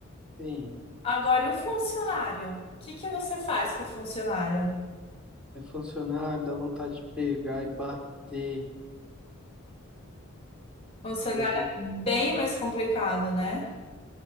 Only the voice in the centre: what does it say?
sim.
É funcionário, dá vontade de pegar e bater,
porque é